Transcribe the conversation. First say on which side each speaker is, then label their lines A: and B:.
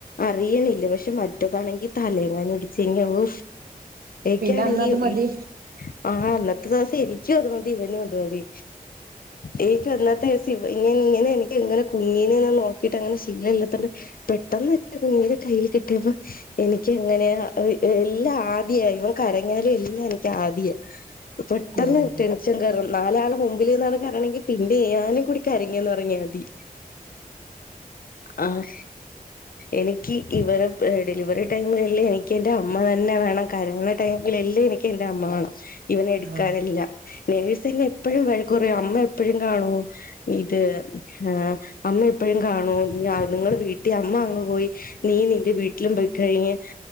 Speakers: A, on the left; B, on the right.
A: അറിയുണില്ല പക്ഷെ മറ്റതാണെങ്കി തലയെങ്ങാനും ഇടിച്ചെങ്കിൽ ഓ എനിക്കാണെങ്കി
B: പിന്നെ അന്നത് മതി
A: ഇ ആ അന്നത്തെ ദിവസം എനിക്ക് അത് മ തി ഇവനും അത് മതി എനിക്ക് അന്നത്തെ ദിവസം ഇവൻ ഇങ്ങനെ എനിക്കങ്ങനെ കുഞ്ഞിനെയൊന്ന് നോ നോക്കീട്ടങ്ങനെ ശീലം ഇല്ലാത്തോണ്ട് പെട്ടന്ന് എന്റെ കുഞ്ഞിനെ കയ്യിൽ കിട്ടിയപ്പോ എനിക്കങ്ങനെ എല്ലാ ആദിയാ ഇവൻ കരഞ്ഞാലും എല്ലാ എനിക്ക് ആദിയ പെട്ടെന്ന്
B: ഉം
A: ടെൻ ഷൻ കേറും നാലാള് മുമ്പിൽ നിന്നാണ് കരണയെങ്കിൽ പിന്നെ ഞാനും കൂടി കരഞ്ഞെന്ന് പറഞ്ഞാൽ മതി ആഹ് എനിക്ക് ഇവരെ ഡെലിവറി ടൈമിലല്ലേ എനിക്ക് എന്റെ അമ്മ തന്നെ വേണം കരയണ ടൈമിലല്ലേ എനിക്ക് എന്റെ അമ്മ വേണം ഇവനെ എടുക്കാൻ
B: ആഹ്
A: എല്ലാം നഴ്സ് എന്നെ എപ്പഴും വഴക്കുപറയും അമ്മ എപ്പഴും കാണുവോ ഇത് ആ അമ്മ എപ്പഴും കാണുവോ നിങ്ങള് വീട്ടിൽ അമ്മ അങ്ങ് പോയി നീ നിന്റെ വീട്ടിലും പോയിക്കഴിഞ്ഞ്